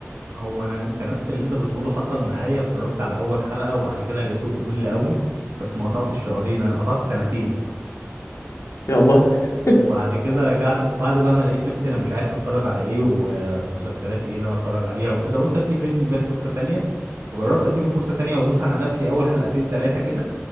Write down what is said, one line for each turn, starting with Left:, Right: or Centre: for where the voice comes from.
Right: هو انا انت نفس اللي انت بتقوله حصل معايا اتفرجت على اول حلقه وبعد كده لقيته ممل قوي بس ما قطعتش شهرين انا قطعت سنتين
Left: يا الله <laughs>
Right: وبعد كده رجعت بعد بقى ما لقيت نفسي انا مش عارف اتفرج على ايه ومسلسلات ايه اللي انا اتفرج عليها وكده قلت ادي بريكنج باد فرصة تانية فجربت اديله فرصة تانية وادوس على نفسي اول حلقتين تلاتة كده